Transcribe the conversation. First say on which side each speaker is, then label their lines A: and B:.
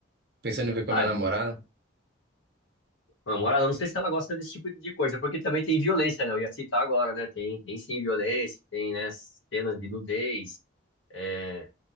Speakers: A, on the right (about 50°); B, on the left (about 75°).
A: Pensando em ver com
B: Ah,
A: a minha namorada?
B: a namorada, não sei se ela gosta desse tipo de coisa, porque também tem violência, né? Eu ia citar agora, né? Tem, tem sim violência, tem, né, cenas de nudez. É,